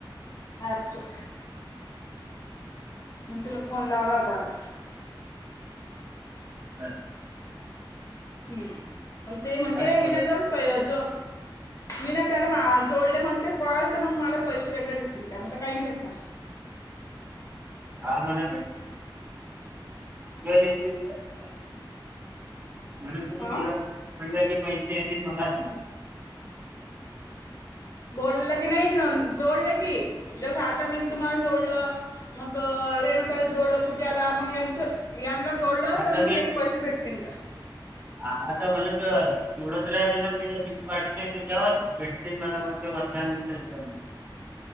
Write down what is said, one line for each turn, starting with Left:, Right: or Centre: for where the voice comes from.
Left: आठसो मग तुला फोन लावला होता आता.
Right: <unintelligible>
Left: हम् मग ते म्हणते
Right: काय
Left: <unintelligible>
Right: चालू आहे
Left: मी ना त्याला मा जोडले म्हणते काॅल तर मग मला पैसे वेगळे भेटतील काय? म्हटलं काही नाही भेटणार.
Right: हा मना भेटतील. <unintelligible> <unintelligible>
Left: हा
Right: पैसे येतील <unintelligible>
Left: बोलल की नाही? न जोडल की. जस आता मी तुम्हाला जोडलं, मग रेणूताईला जोडलं, पूजाला मग यांच यांना जोडलं
Right: आता
Left: तर मग त्याचे पैसे भेटतीन का?
Right: हा तर म्हनलं तर तू जोडल <unintelligible> लिंक पाटवली आहे त्याच्यावर भेट ते मला वाटतं <unintelligible>